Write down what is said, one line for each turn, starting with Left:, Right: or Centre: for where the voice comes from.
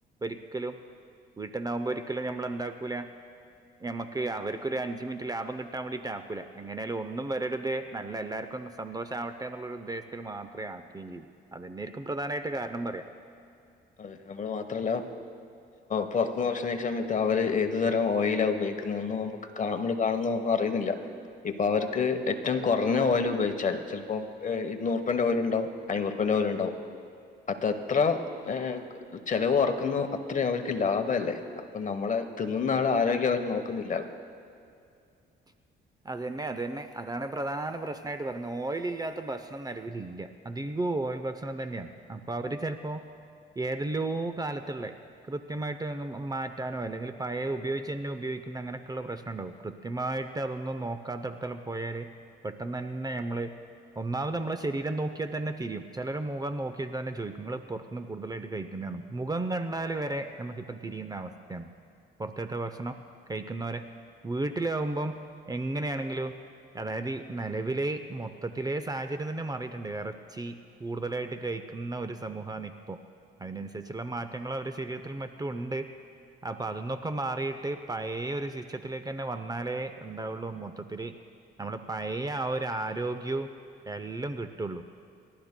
Right: ഒരിക്കലും വീട്ടന്നാവകുമ്പോ ഒരിക്കല നമ്മൾ എന്താക്കല നക്ക് അവർക്ക അഞ് മിനി ലാഭം കിട്ടാൻ വേണ്ടിട്ട ആാക്കൂല എങ്ങനാലും ഒന്നും വരരുത് നല്ല എല്ലാവർക്കും സന്തോഷം ആവട്ടെ എന്നുള്ളരു ഉദ്ദേശത്തിൽ മാത്രമേ ആക്കുകയും ചെയ്യൂ അത്െന്നെരിക്കും പ്രധാനമായിട്ട് കാരണം പറയാം
Left: അതെ നമ്മള് മാത്രല്ല പുറത്തു ഭക്ഷണ സമയത്ത് അവര് ഏതു തരം ഓയിൽ ആകുമ്പ കേ ന നമ്മള് കാണുന്ന ഒന്നും അറിയുന്നില്ല ഇപ്പൊ അവർക്ക് ഏറ്റവും കുറഞ്ഞ ഓൽ ഉപയിച്ചാൽ ചിലപ്പോ ഇുന്നൂറുപ്പേന്റെ ഓൽ ഉണ്ടാവും അഞ്ഞൂറ്ുപ്പ ണ്ടാവും അതത്ര ഹ ചെിലവ് ഉറക്കുന്ന അത്രയും അവർക്ക് ലാഭമല്ലേ അപ്പൊ നമ്മളെ തിന്നുന്ന ആള് ആരോഗ്യ നോക്കുന്നില്ലല്ലോ
Right: <unintelligible> അത്തന്നെ അത്തന്നെ അതാണ് പ്രധാന പ്രശ്നമായിട്ട് പറഞ്ഞത് ഓയിൽ ഇല്ലാത്ത ഭക്ഷണം നിലവില ഇില്ല അധിക ഭക്ഷണം തന്നെയാണ് അപ്പൊ അവര് ചിലപ്പോ ഏതെല്ലോ കാലത്തുള്ള കൃത്യമായിട്ട് മാറ്റാനോ അല്ലെങ്കിൽ പഴയ ഉപയോഗിച്ചു തന്നോ ഉപയോഗ അങ്ങനൊക്കെയുള്ള പ്രശ്നം ഉണ്ടക കൃത്യമായിട്ട് മ അതൊന്നും നോക്കാത്തടത്തല്ലാം പോയാല് പെട്ടെന്ന് തന്നെ നമ്മള് ഒന്നാമത് നമ്മെ ശര നോക്കിയാൽ തന്നെതിരും ചിലർ മുഖം നോക്കിയാൽ തന്നെോദിക്കങ്ങൾ പുറത്ത നിന്ന് കൂടുതലായിട്ട കഴിക്കുന്നു മുഖം കണ്ടാല് വരെ നമുക്കിപ്പം തിരിയുന്ന അവസ്ഥയാണ് പുറത്തത്തെ ഭക്ഷണം കഴിക്കുന്നവരെ വീട്ടിലാാവുമ്പം എങ്ങനെയാണെങ്കിലും അതായത് നിലവിലെ മൊത്തത്തിലെ സാഹചര്യം തന്നെ മാറിയിട്ടുണ്ട് ഇറച്ചി കൂടുതലായിട്ട് കഴ ുന്ന ഒരു സമൂഹണ ഇപ്പോ അതിനനുസരിച്ചുള്ള മാറ്റങ്ങൾ അവടെ ശരീരത്തിൽ മറ്റും ഉണ്ട് അപ്പൊ അതന്നൊക്കെ മാറിയിട്ട് പഴയ ഒരു ശിക്ഷ്യത്തിലേക്ക് തന്നെ വന്നാലേ എന്താവള്ളൂ മൊത്തത്തി നമ്മള് പഴയ ആ ഒരു ആരോഗ്യവും എല്ലാം കിട്ടുള്ളൂ